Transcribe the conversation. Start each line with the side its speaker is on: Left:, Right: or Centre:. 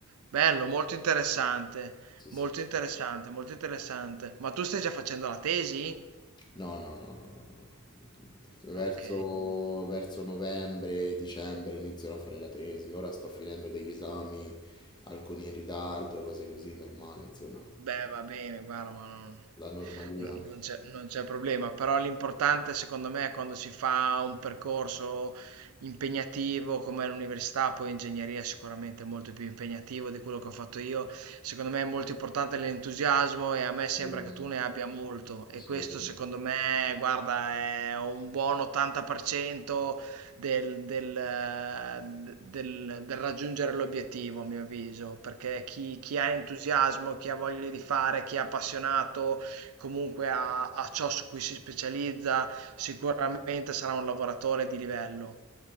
Right: Bello, molto interessante,
Left: Sì,
Right: molto
Left: sì, sì.
Right: interessante, molto interessante. Ma tu stai già facendo la tesi?
Left: No, no, no, no, no, no. Verso,
Right: Ok.
Left: verso novembre, dicembre inizierò a fare la tesi. Ora sto finendo degli esami, alcuni in ritardo, cose così, normale, insomma,
Right: Beh, va bene, guarda, ma non,
Left: la normalia.
Right: non- non c'è non c'è problema, però l'importante secondo me è quando si fa un percorso impegnativo come l'università, poi ingegneria sicuramente è molto più impegnativo di quello che ho fatto io, secondo me è molto importante l'entusiasmo e a me
Left: Assolutamente,
Right: sembra che tu ne abbia molto e
Left: assolutamente.
Right: questo secondo me, guarda, è un buon 80%, del, del, eh, del- del raggiungere l'obiettivo, a mio avviso, perché chi, chi ha entusiasmo, chi ha voglia di fare, chi è appassionato comunque a a ciò su cui si specializza, sicuramente sarà un lavoratore di livello.